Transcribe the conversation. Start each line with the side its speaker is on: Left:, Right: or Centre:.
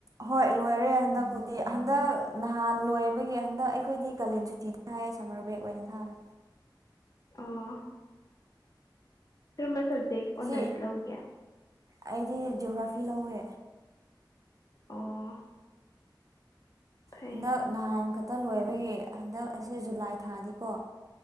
Right: ꯍꯣꯏ ꯂꯣꯏꯔꯦ ꯍꯟꯗꯛꯄꯨꯗꯤ ꯍꯟꯗꯛ ꯅꯍꯥꯟ ꯂꯣꯏꯕꯒꯤ ꯍꯟꯗꯛ ꯑꯩꯈꯣꯏꯗꯤ ꯀꯥꯂꯦꯟ ꯁꯨꯇꯤ ꯊꯥꯏꯌꯦ ꯁꯃꯔ ꯕ꯭ꯔꯦꯛ ꯑꯣꯏꯅ ꯊꯥꯔꯦ
Left: ꯑꯥ ꯀꯔꯝꯕ ꯁꯕꯖꯦꯛ ꯑꯣꯅꯔꯁ
Right: ꯁꯤ
Left: ꯂꯧꯒꯦ
Right: ꯑꯩꯗꯤ ꯖꯤꯑꯣꯒ꯭ꯔꯥꯐꯤ ꯂꯧꯋꯦ
Left: ꯑꯣ ꯐꯩ
Right: ꯍꯟꯗꯛ ꯅꯍꯥꯟ ꯈꯛꯇ ꯂꯣꯏꯕꯒꯤ ꯍꯟꯗꯛ ꯑꯁꯤ ꯖꯨꯂꯥꯏ ꯊꯥꯗꯤꯀꯣ